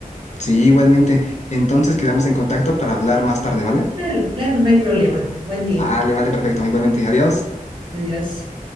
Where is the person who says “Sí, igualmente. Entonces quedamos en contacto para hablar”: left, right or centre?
Left